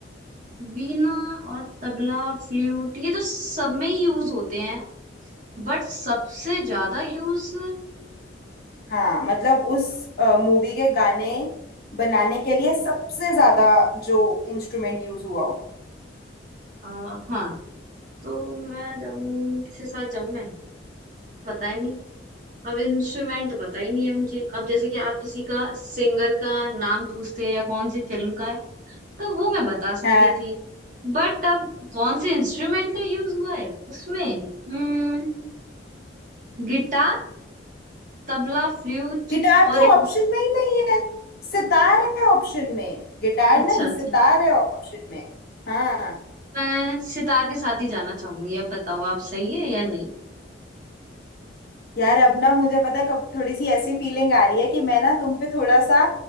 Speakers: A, on the right (about 45°); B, on the left (about 55°).
A: वीणा और तबला फ्लूट ये तो सब में यूज होते हैं बट सबसे ज्यादा यूज
B: हाँ मतलब उस मूवी के गाने बनाने के लिए सबसे ज्यादा जो इंस्ट्रूमेंट यूज हुआ हो
A: हाँ तो मैं जाऊँ किसके साथ जाऊँ मैं पता ही नहीं अब इंस्ट्रूमेंट तो पता ही नहीं है मुझे अब जैसे कि आप किसी का सिंगर का नाम पूछते हैं या कौन सी फिल्म का है तो वो मैं बता सकती
B: है
A: थी बट अब कौन से इंस्ट्रूमेंट का यूज हुआ है उसमें हम्म गिटार तबला फ्लूट
B: गिटार
A: और
B: तो
A: एक
B: ऑप्शन में ही नहीं है सितार है ऑप्शन में गिटार
A: अच्छा
B: नहीं
A: अच्छा
B: सितार है ऑप्शन में हाँ
A: मैं सितार के साथ ही जाना चाहूंगी अब बताओ आप सही है या नहीं
B: यार अब ना मुझे पता है कब थोड़ी सी ऐसी फीलिंग आ रही है कि मैं ना तुम पे थोड़ा सा